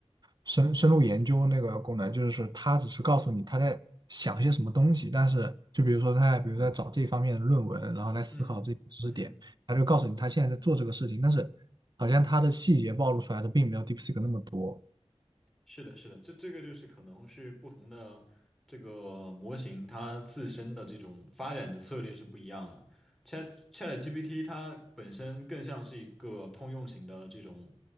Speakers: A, on the right (about 40°); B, in the centre.
A: 深深入研究那个功能，就是说它只是告诉你它在想一些什么东西，但是就比如说它在比如在找这方面的论文，然后来思考这些知识点，
B: 嗯嗯。
A: 它就告诉你它现在在做这个事情，但是好像它的细节暴露出来的并没有 DeepSeek 那么多。
B: 是的，是的，这这个就是可能是不同的这个模型，它自身的这种发展的策略是不一样的。Chat ChatGPT 它本身更像是一个通用型的这种